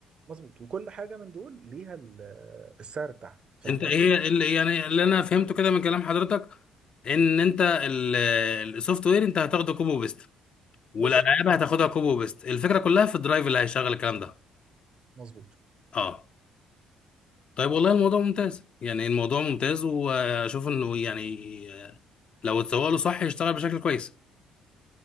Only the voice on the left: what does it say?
انت ايه
اللي يعني اللي انا فهمته كده من كلام حضرتك ان انت السوفت وير انت هتاخده كوبي وبيست والالعاب
هتاخدها كوبي وبيست الفكره كلها في الدرايف اللي هيشغل الكلام ده
اه طيب والله الموضوع ممتاز يعني الموضوع ممتاز واشوف انه يعني آه، لو اتسوق له صح يشتغل بشكل كويس